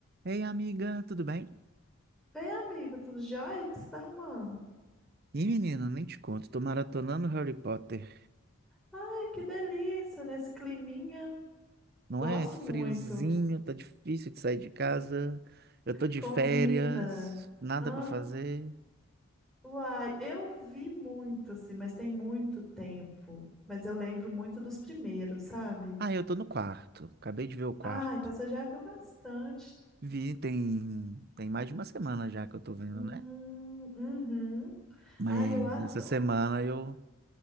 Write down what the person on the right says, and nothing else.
Ei, amiga, tudo bem?
Ih, menina, nem te conto, tô maratonando Harry Potter.
Não
é friozinho,
tá difícil de sair de casa. Eu tô de
férias, nada
pra fazer.
Ah, eu tô no quarto. Acabei de ver o quarto.
Vi, tem, tem mais de uma semana já que eu tô vendo,
né?
Mas
essa semana eu,